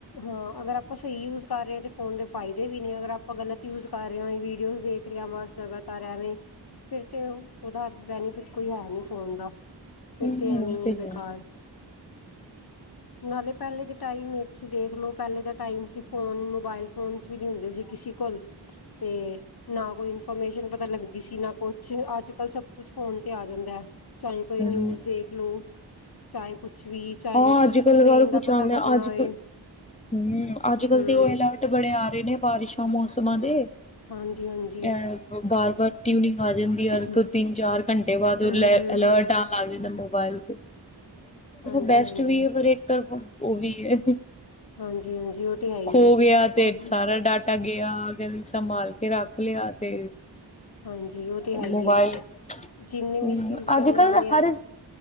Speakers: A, on the left (about 55°); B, on the left (about 15°).
A: ਹਾ ਅਗਰ ਆਪਾਂ ਸਹੀ ਯੂਜ ਕਰ ਰ ਹਾਂ ਫੋਨ ਦੇ ਫਾਇਦੇ ਵੀ ਨੇ ਅਗਰ ਆਪਾਂ ਗਲਤ ਯੂਜ ਕਰ ਰਹੇ ਹਾਂ ਵੀਡੀਓਜ਼ ਦੇਖ <inaudible> ਵਾਸ ਲਗਾਤਾਰ ਐਵੇਂ ਫਿਰ ਤੇ ਉਹਦਾ ਬੈਨੀਫਿਟ ਕੋਈ ਹੈ ਨੀ ਫੋਨ ਦਾ ਫਿਰ
B: ਹਮ
A: ਤੇ ਐਵੀਂ
B: ਉਹ
A: ਮ ਇਹ ਬੇਕਾਰ
B: ਹੈ
A: ਨਾਲੇ ਪਹਿਲੇ ਦੀ ਟਾਈਮ ਦੇਖਲੋ ਪਹਿਲੇ ਦਾ ਟਾਈਮ ਸੀ ਫੋਨ ਮੋਬਾਇਲ ਫੋਨਸ ਵੀ ਨ ਹੁੰਦੇ ਸੀ ਕਿਸੇ ਕੋਲ ਤੇ ਨਾ ਕੋਈ ਇਨਫੋਰਮੇਸ਼ਨ ਪਤਾ ਲੱਗਦੀ ਸੀ ਨਾ ਕੁਛ ਅੱਜ ਕਲ ਸਭ ਕੁਛ ਫੋਨ ਤੇ ਆ ਜਾਂਦਾ ਹੈ। ਚਾਹੇ ਕੋਈ
B: ਹਮ
A: ਨਿਊਜ਼ ਦੇਖ ਲਓ। ਚਾਹੇ ਕੁਛ ਵੀ ਚਾਹੇ
B: ਹਾਂ
A: ਕੋਈ
B: ਅੱਜ ਕੱਲ
A: ਟ੍ਰੇਨ
B: ਵਾਰ ਕੁਛ
A: ਦਾ ਪਤਾ
B: ਆਦਾ
A: ਕਰਨਾ
B: ਅੱਜ
A: ਹੋਏ
B: ਕਲ ਹੂੰ ਅੱਜ ਕੱਲ
A: ਹਮ
B: ਤੇ ਉਹ ਅਲਰਟ ਬੜੇ ਆ ਰਹੇ ਬਾਰਿਸ਼ਾਂ ਮੌਸਮਾਂ ਦੇ
A: ਹਾਂਜੀ ਹਾਂਜੀ
B: <unintelligible> ਵਟੀ ਨੀ। ਆ ਜਾਂਦੀ ਯਰ
A: ਹਮ
B: ਤੋਂ ਤਿੰਨ ਚਾਰ ਘੰਟੇ ਬਾਅਦ
A: ਹਮ
B: ਅਲਰਟ ਆਉਣ ਲੱਗ ਜਾਂਦਾ ਮੋਬਾਇਲ ਤੇ
A: ਹਾਂਜੀ
B: ਬੈਸਟ
A: ਹਾਂਜੀ
B: ਵੀ ਹੈ ਪਰ ਇੱਕ ਤਰਫ ਉਹ ਵੀ ਹੈ।
A: ਹਾਂਜੀ ਹਾਂਜੀ ਉਹ ਤੇ ਹੈ ਹੀ
B: ਖੋ
A: ਹੈ
B: ਗਿਆ
A: ਉਹ
B: ਤੇ ਸਾਰਾ ਡਾਟਾ ਗਿਆ ਸੰਭਾਲ ਕੇ ਰੱਖ ਲਿਆ ਤੇ
A: ਹਾਂਜੀ ਉਹ ਤੇ ਹੈ ਹੀ
B: ਮੋਬਾਇਲ
A: ਏ। ਜਿੰਨੇ ਮਿਸਯੂਜ
B: ਹੂੰ
A: ਕਰਨਾ
B: ਅੱਜ ਕੱਲ
A: ਉਹਨੇ
B: ਹਰ